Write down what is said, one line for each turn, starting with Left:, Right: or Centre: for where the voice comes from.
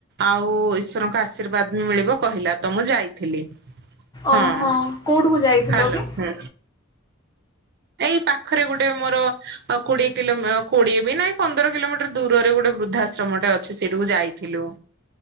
Right: ଆଉ ଈଶ୍ଵରଙ୍କ ଆଶୀର୍ବାଦ ବି ମିଳିବ କହିଲା ତ ମୁଁ ଯାଇଥିଲି। ହଁ।
Left: ଓହୋ କୋଉଠିକୁ ଯାଇଥିଲ
Right: ହ୍ୟାଲୋ
Left: କି?
Right: ହୁଁ ଏଇ ପାଖରେ ଗୋଟେ ମୋର କୋଡିଏ କିଲୋ କୋଡିଏ ବି ନାଇଁ ପନ୍ଦର କିଲୋମିଟର ଦୂରରେ ଗୋଟେ ବୃଦ୍ଧାଶ୍ରମଟା ଅଛି ସେଇଟାକୁ ଯାଇଥିଲୁ